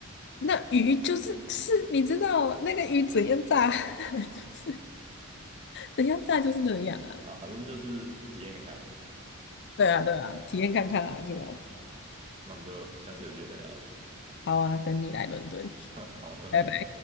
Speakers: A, on the left; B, on the right.
A: 那鱼就是是，你知道那个鱼怎样炸，<laughs> 就是
B: 啊
A: 怎样炸就是那样啊。
B: 啊，反正就是体验看看了。
A: 对啊，对啊，体验看看啦，对吧？
B: <laughs> 那我们就下次有机会再聊了，
A: 好啊，等你来伦敦，
B: <laughs> 好，拜拜。
A: 拜拜。